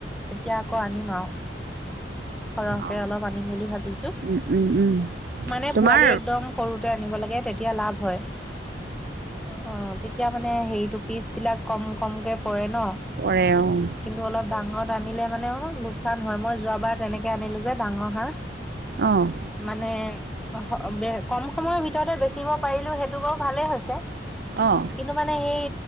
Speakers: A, in the centre; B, on the right.
A: তেতিয়া আকৌ আনিম আৰু। সৰহকে
B: অঁ
A: অলপ আনিম বুলি ভাবিছো
B: উম, উম, উম,
A: মানে
B: তোমাৰ
A: পোৱালি একদম। সৰুতে আনিব লাগে তেতিয়াই লাভ হয় উম হয়। এতিয়া মানে হেৰিটো পিচ এই বিলিলাক কম কমকে পৰে ন
B: পৰে অ',
A: কিন্তু অলপ ডাঙৰ আনিলে মানে অ লোকচান হয় মই যোৱাবাৰ তেনেকে আনিলো যে ডাঙৰ হাঁহ
B: অ',
A: মানে অহ বেগ কম সময়ৰ ভিতৰতে বেচিব পাৰিলো সেইটো বাৰু ভালে হৈছে
B: অ',
A: কিন্তু মানে সেই